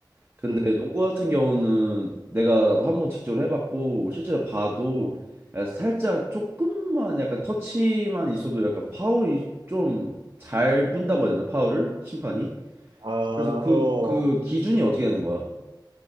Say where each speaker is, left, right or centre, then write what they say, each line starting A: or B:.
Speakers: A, on the right (about 25°); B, on the right (about 70°).
A: 근데
B: 음,
A: 농구 같은 경우는 내가 나도 한번 직접 해봤고 실제로 봐도
B: 음.
A: 약간 살짝 조금만 약간 터치만 있어도 약간 파울이 좀 잘 분다고 해야 되나 파울을 심판이?
B: 아,
A: 그래서 그
B: 어.
A: 그 기준이 어떻게 되는 거야?